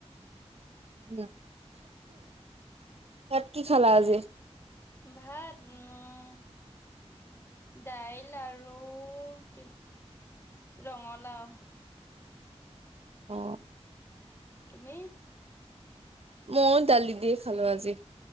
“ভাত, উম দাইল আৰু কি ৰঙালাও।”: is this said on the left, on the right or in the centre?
Left